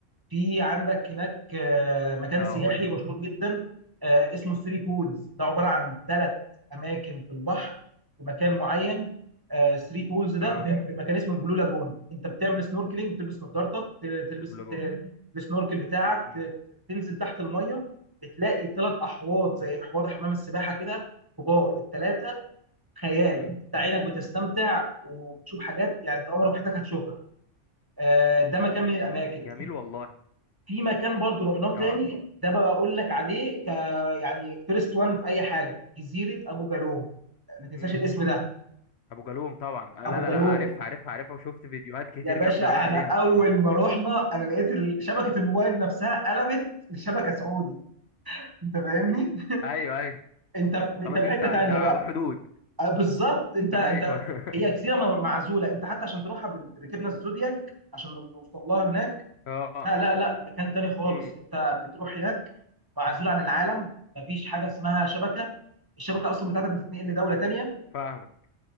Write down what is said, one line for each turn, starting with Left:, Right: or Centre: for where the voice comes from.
Right: في عندك هناك آه، مكان
Left: اه
Right: سياحي
Left: قول لي
Right: مشهور جدا آه، اسمه ثري بولز ده عباره عن ثلاث اماكن في البحر في مكان معين ثري بولز ده
Left: اه
Right: في في مكان اسمه البلو لاجون انت بتعمل سنوركلينج بتلبس نظارتك ت- تلبس
Left: البلو جول
Right: ت- السنوركل بتاعك
Left: امم
Right: ت- تنزل تحت الميه بتلاقي ثلاث احواض زي حوض حمام السباحه كده كبار الثلاثه خيال
Left: امم
Right: انت عينك بتستمتع وبتشوف حاجات يعني انت عمرك في حياتك هتشوفها آه، ده مكان من الاماكن
Left: جميل والله
Right: في مكان برضو رحناه
Left: اه
Right: تاني ده بقى اقول لك عليه ك يعني فيرست وان في اي حاجه جزيره ابو جالوم ما تنساش
Left: امم
Right: الاسم ده
Left: ابو جالوم طبعا آه،
Right: ابو
Left: لا لا
Right: جالوم
Left: لا عارفها عارفها عارفها وشفت فيديوهات كتير
Right: يا باشا
Left: جامده
Right: احنا
Left: قوي عليها
Right: اول ما رحنا انا لقيت ال- شبكه الموبايل نفسها قلبت لشبكه سعودي انت فاهمني
Left: ايوه ايوه
Right: انت انت
Left: خلاص
Right: في
Left: انت
Right: حته
Left: انت
Right: تانيه
Left: على
Right: بقى
Left: الحدود
Right: أه بالظبط انت انت
Left: <laughs> ايوه <laughs>
Right: هي جزيره م- معزوله انت حتى عشان تروحها بال- ركبنا الزودياك عشان نوصل لها هناك
Left: اه
Right: لا لا لا مكان تاني خالص
Left: امم
Right: انت بتروح هناك معزول عن العالم مفيش حاجه اسمها شبكه الشبكه اصلا بتاعتك بتتنقل لدوله تانيه
Left: فاهمك